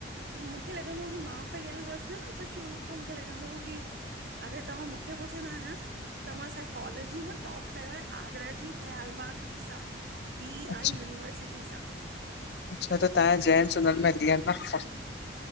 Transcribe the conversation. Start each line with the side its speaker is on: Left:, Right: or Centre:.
Right: मूंखे लॻंदो हो कि मां पढ़ियल हुअसि न त शुरू खां मूंखे लॻंदो हो कि अगरि तव्हां मूंखे ॿुधो पुछंदा न, त मां साइकोलॉजी मां टॉप कयो आहे आगरा जी दयाल बाग़ सां। डी
Left: अच्छा
Right: आई यूनिवर्सिटी सां।
Left: अच्छा त तव्हांजा जैन्ट्स उनन में ॾियनि था साथु।